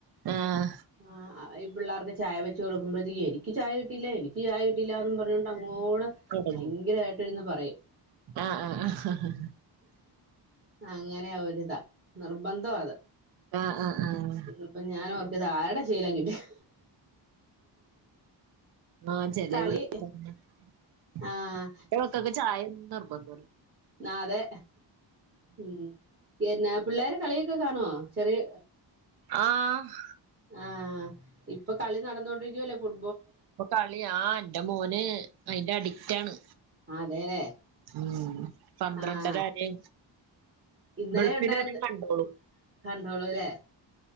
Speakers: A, on the right (about 60°); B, on the right (about 25°).
A: ആഹ്
B: ആഹ് ആ ഈ പിള്ളേർക്ക് ചായ വെച്ച് കൊടുക്കുമ്പഴത്തേക്ക് എനിക്ക് ചായ കിട്ടിയില്ല എനിക്ക് ക്ക് ചായ കിട്ടീല്ലാന്നും പറഞ്ഞോണ്ട് അങ്ങോട്
A: തൊടങ്ങി
B: ഭയങ്കരായിട്ട് ഇരുന്ന് പറയും
A: ആഹ് ആഹ് ആഹ്
B: അങ്ങനെയൊരിതാ നിർബന്ധാ അത്
A: ആഹ് ആഹ്
B: ഇത് ഇപ്പൊ ഞാൻ ഓർക്കും ഇത് ആരുടെ ശീലം കിട്ടിയാ
A: ആഹ് ചെലേ
B: കളി
A: പിള്ളേ <unintelligible>
B: ആഹ്
A: ചായയൊന്നും നിർബന്ധ്
B: ന്നാതെ ഉം എന്നാ പിള്ളേര് കളിയൊക്കെ കാണുവോ ചെറിയ
A: ആഹ്
B: ആഹ് ഇപ്പൊ കളി നടന്നോണ്ടിരിക്കുവല്ലേ ഫുട്
A: ഇപ്പൊ കളി ആഹ് ഇന്റെ മോന് അയിന്റെ അഡിക്റ്റാണ്
B: അതെല്ലേ
A: ഉം പന്ത്രണ്ടര
B: ആഹ്
A: വരെ
B: ഇന്നലെ
A: വെളുപ്പിന്
B: ഒണ്ടായിരുന്ന്
A: വരെ കണ്ടോളും
B: കണ്ടോളുല്ലേ